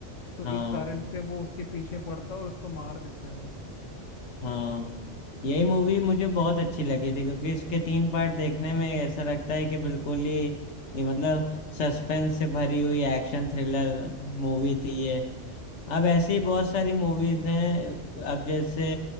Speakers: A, on the left; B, on the left.
A: तो
B: हाँ
A: इस कारण से वो उसके पीछे पड़ता है और उसको मार देता है वो
B: हाँ यही मूवी मुझे बहुत अच्छी लगी थी क्योंकि इसके तीन पार्ट देखने में ऐसा लगता है कि बिल्कुल ही ये मतलब सस्पेंस से भरी हुई एक्शन थ्रिलर मूवी थी ये अब ऐसी ही बहुत सारी मूवीज हैं अब जैसे